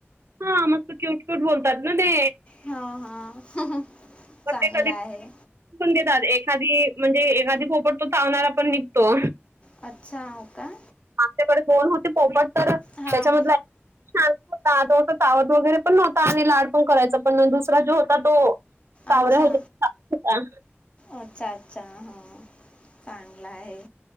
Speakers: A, on the right (about 70°); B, on the left (about 25°).
A: हा मस्त क्यूट क्यूट बोलतात ना ते.
B: हा हा
A: पण
B: चांगलं
A: ते कधी
B: आहे.
A: पण देतात एखादी म्हणजे एखादी पोपट तो चावणारा पण निघतो.
B: अच्छा हाव का.
A: आमच्याकडे दोन होते पोपट तर
B: हां.
A: त्याच्या मधला शांत होता तो असं चावत वगैरे पण नव्हता आणि लाड पण करायचा पण दुसरा जो होता तो चावरे
B: अच्छा.
A: हेले साथ होता
B: अच्छा अच्छा हो, चांगला आहे.